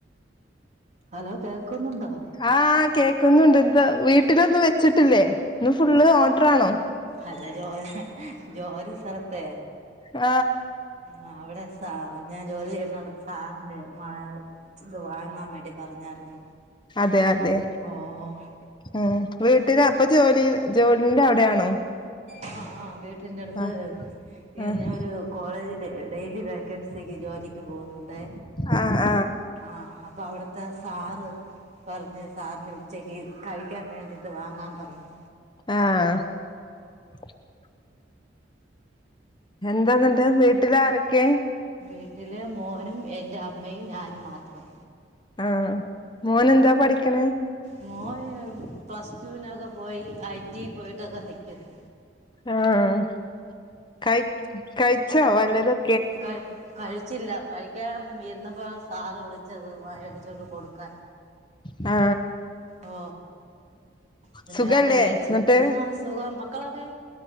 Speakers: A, on the right (about 40°); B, on the left (about 25°).
A: ഹലോ കേക്കുന്നു ണ്ടോ
B: ആ കേക്കൊന്നു ഉണ്ട് എന്ത വീട്ടിലൊന്നും വെച്ചിട്ടില്ലേ ഇന്ന് ഫുള്ള് ഓർഡർ ആണോ
A: അല്ല ജോ ജോലി സ്ഥല ത്തെ
B: ആ
A: ആ അവിടെ സാ ഞാൻ ജോലി ചെയ്യണവിടെ സാറിന് ഇത് വാങ്ങാൻ വേണ്ടി പറഞ്ഞായിരുന്നു
B: അതെ അതെ
A: ഓഹ്
B: ഉം വീട്ടില അപ്പ ജോലി ജോലിന്റെ അവിടെയാണോ
A: ആ ആ വീട്ട വീടിൻ്റെ അടുത്ത്
B: ആഹ്
A: ഞാൻ
B: ആഹ്
A: ഒരു കോളേജിൽ ഡെയിലി വേക്കൻസിക്ക് ജോലിക്ക് പോകുന്നുണ്ട്
B: ആ
A: ആ അപ്പൊ അവിടുത്തെ സാറ് പറഞ്ഞത് സാറിന് ഉച്ചയ്ക്ക് കഴിക്കാൻ വേണ്ടിയിട്ട് വാങ്ങാൻ പറഞ്ഞു
B: ആഹ് <inaudible> എന്താന്നണ്ട് വീട്ടിൽ ആരൊക്കെ
A: വീട്ടിലെ മോനും എൻ്റെ അമ്മയും ഞാനും മാത്രം
B: ആ മോന് എന്താ പഠിക്കണേ
A: മോന് പ്ലസ് ടുവിനൊക്കെ പോയി ഐ ടി പോയിട്ടൊക്കെ നിൽക്കുന്നു
B: ആഹ് കഴി കഴിച്ചോ വല്ലതും
A: ക കഴിച്ചില്ല കഴിക്കാൻ ഇരുന്നപ്പോ സാറ് വിളിച്ചത് വടിച്ചോട്ട് കൊടുക്കാൻ
B: ആ
A: ഓ പിന്നെ
B: സുഖല്ലേ
A: അത് മേടിച്ച്
B: എന്നിട്ട്
A: സുഖം മക്കളൊക്കെ